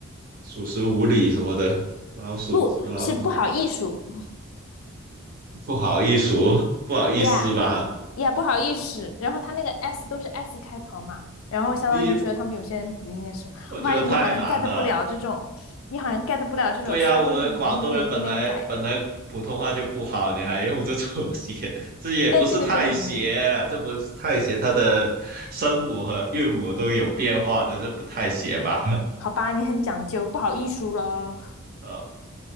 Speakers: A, on the right (about 45°); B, on the left (about 70°).
A: 属实无礼什么的？老鼠什么老鼠？
B: 不是不好艺术。
A: 不好意思哦，不好意思吧？
B: ，yeah yeah，不好意思，然后他那个 s 都是 s 开头嘛，然后相当于说他们有些人读音的时候，
A: 你我觉得太难了。
B: 我发现你好像 get 不了这种，你好像 get 不了这种稍微语音有一点点改的，
A: 对呀、我们广东人本来本来普通话就不好，你还用这种写，<laughs> 这也不是太写，
B: 但这个真的很
A: 这不是太写，它的声母和韵母都有变化的，这不太写吧？<laughs>
B: 好吧，你很讲究，不好意思了
A: 呃，